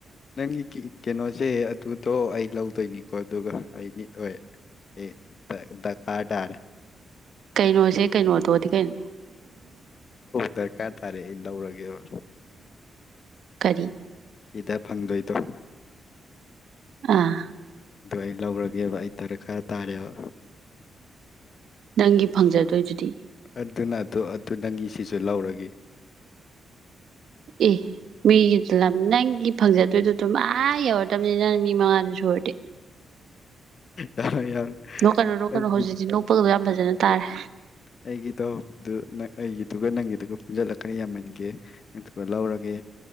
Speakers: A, on the left; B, on the right.
A: ꯅꯪꯒꯤ ꯀꯩꯅꯣꯁꯦ ꯑꯗꯨꯗꯣ ꯑꯩ ꯂꯧꯗꯣꯏꯅꯤꯀꯣ ꯑꯗꯨꯒ ꯑꯩ ꯅꯤꯠ ꯑꯣꯏ ꯑꯩ ꯗꯔꯀꯥꯔ ꯇꯥꯔꯦ
B: ꯀꯩꯅꯣꯁꯦ ꯀꯩꯅꯣ ꯑꯗꯨꯗꯤ ꯀꯩꯅꯣ
A: ꯗꯔꯀꯥ ꯇꯔꯦ ꯑꯩ ꯂꯧꯔꯒꯦ ꯒꯦꯕ
B: ꯀꯔꯤ
A: ꯁꯤꯗ ꯐꯪꯗꯣꯏꯗꯣ
B: ꯑꯥ
A: ꯑꯗꯨ ꯑꯩ ꯂꯧꯔꯒꯦꯕ ꯑꯩ ꯗꯔꯀꯥꯔ ꯇꯥꯔꯦꯕ
B: ꯅꯪꯒꯤ ꯐꯪꯖꯗꯣꯏꯗꯨꯗꯤ
A: ꯑꯗꯨꯅ ꯑꯗꯨ ꯑꯗꯨ ꯅꯪꯒꯤ ꯁꯤꯁꯨ ꯂꯧꯔꯒꯦ
B: ꯏ ꯃꯤꯒꯤ ꯂꯝ ꯅꯪ ꯑꯩꯒꯤ ꯐꯪꯖꯗꯣꯏꯗꯨꯗꯨꯝ ꯃꯥ ꯑ ꯌꯧꯔꯗꯝꯃꯤ ꯅꯪ ꯃꯤ ꯃꯉꯥ ꯁꯨꯔꯗꯤ
A: ꯌꯥꯔꯣꯏ ꯌꯥꯔꯣꯏ
B: ꯅꯣꯛꯀꯅꯨ ꯅꯣꯛꯀꯅꯨ
A: ꯑꯩꯒꯤ
B: ꯍꯧꯖꯤꯛꯇꯤ ꯅꯣꯛꯄꯒ ꯌꯥꯝ ꯐꯖꯅ ꯇꯥꯔꯦ
A: ꯑꯩꯒꯤꯗꯣ ꯑꯗꯨ ꯑꯩꯒꯤꯗꯨꯒ ꯅꯪꯒꯤꯗꯨꯒ ꯄꯨꯟꯁꯤꯜꯂ ꯈꯔ ꯌꯥꯝꯃꯟꯒꯦ ꯑꯗꯨꯒ ꯂꯧꯔꯒꯦ